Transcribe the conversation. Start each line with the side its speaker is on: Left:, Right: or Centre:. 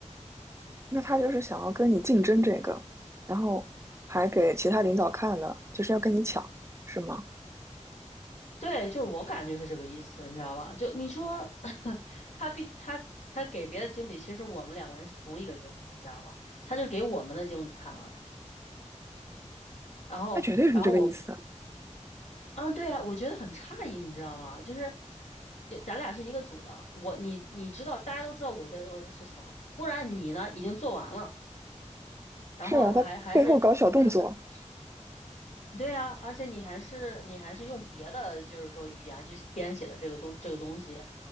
Right: 那他就是想要跟你竞争这个，然后还给其他领导看了，就是要跟你抢，是吗？
Left: 对，就是我感觉是这个意思，你知道吧？就你说 <laughs> 他比他他给别的经理，其实我们两个人是同一个经理，你知道吧？他就给我们的经理看了，然后然后我
Right: 他绝对是这个意思。
Left: 啊，对啊，我觉得很诧异，你知道吗？就是呃咱俩是一个组的，我你你知道，大家都知道我在做这个事情，忽然你呢已经做完了，然后还还是
Right: 是啊，他背后搞小动作。
Left: <clears throat> 对呀，而且你还是你还是用别的，就是说语言去编写的这个东这个东西，